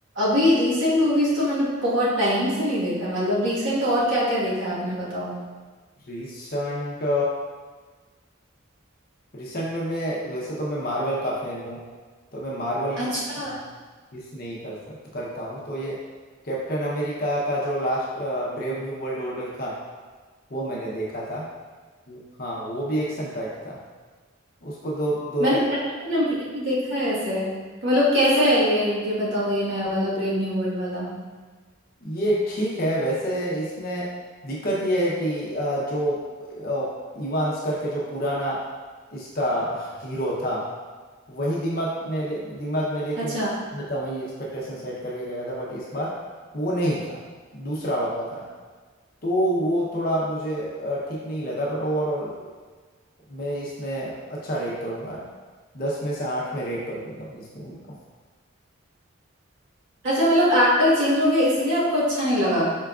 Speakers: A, on the right (about 60°); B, on the left (about 45°).
A: अभी रीसेंट मूवीज तो मैंने बहुत टाइम से नहीं देखा मतलब रीसेंट और क्या क्या देखा है आपने बताओ
B: रिसेंट रिसेंट में मैं वैसे तो मैं मार्वल का फैन हूँ तो मैं मार्वल
A: अच्छा
B: की मिस नहीं कर सक करता हूँ तो ये कैप्टन अमेरिका का जो लास्ट ब्रेव न्यू वर्ल्ड ऑर्डर था वो मैंने देखा था वो- हाँ वो भी एक्शन पैक्ड था उसको दो दो
A: मैंने कैप्टन अमेरिका देखा है ऐसे मतलब कैसा है ये ये बताओ ये नया वाला ब्रेव न्यू वर्ल्ड वाला
B: ये ठीक है वैसे इसमें दिक्कत ये है कि अ, जो अ, इवांस करके जो पुराना इसका हीरो था वही दिमाग में ले, दिमाग में लेके
A: अच्छा
B: मैं गया था वही एक्सपेक्टेशन सेट करके गया था बट इस बार वो नहीं था दूसरा वाला था तो वो थोड़ा मुझे अ, ठीक नहीं लगा बट ओवरऑल मैं इसमें अच्छा रेट करूंगा दस में से आठ में रेट कर दूंगा इस मूवी को
A: अच्छा मतलब एक्टर चेंज हो गया इसलिए आपको अच्छा नहीं लगा